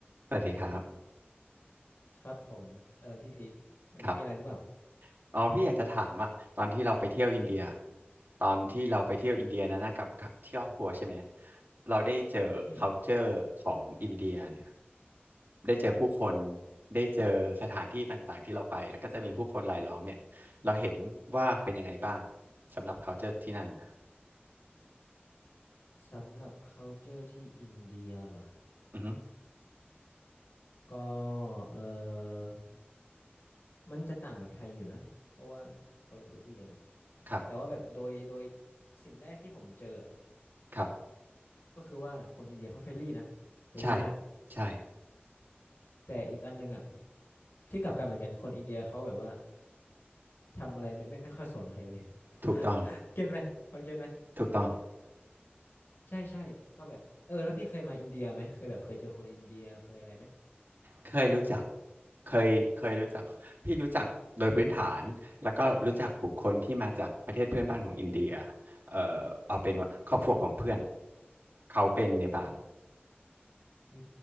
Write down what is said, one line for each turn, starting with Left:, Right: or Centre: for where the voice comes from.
Right: สวัสดีครับ
Left: ครับผมเออพี่พิกวันนี้มีอะไรหรือเปล่า
Right: ครับอ๋อพี่อยากจะถามอะตอนที่เราไปเที่ยวอินเดียตอนที่เราไปเที่ยวอินเดียนะนะกับกับที่ครอบครัวใช่ไหมเราได้เจอ
Left: อืม
Right: culture ของอินเดียเนี่ยได้เจอผู้คนได้เจอสถานที่ต่างๆที่เราไปแล้วก็จะมีผู้คนรายล้อมเนี่ยเราเห็นว่าเป็นยังไงบ้างสำหรับ culture ที่นั่นนะ
Left: สำหรับ culture ที่อินเดียเหรอ
Right: อือฮึ
Left: ก็เออมันจะต่างกับไทยอยู่นะเพราะว่าคนละพื้นที่เลยเนาะ
Right: ครับ
Left: แต่ว่าแบบโดยโดยสิ่งแรกที่ผมเจออะ
Right: ครับ
Left: ก็คือว่าคนอินเดียเขาเฟรนลี่นะเฟรนลี่มาก
Right: ใช่ใช่
Left: แต่อีกอันหนึงอ่ะที่กลับกันเหมือนกันคนอินเดียเขาแบบว่าทำอะไรไม่ไม่ไม่ค่อยสนใครเลย
Right: ถูกต้อง
Left: <laughs> เก็ตไหมพอเก็ตไหม
Right: ถูกต้อง
Left: ใช่ใช่ก็แบบเออแล้วพี่เคยมาอินเดียไหมเคยแบบเคยเจอคนอินเดียเคยอะไรไหม
Right: เคยรู้จักเคยเคยรู้จักเหรอพี่รู้จักโดยพื้นฐาน แล้วก็รู้จักบุคคลที่มาจากประเทศเพื่อนบ้านของอินเดียเอ่อเอาเป็นว่าครอบครัวของเพื่อนเขาเป็นเนปาล
Left: อื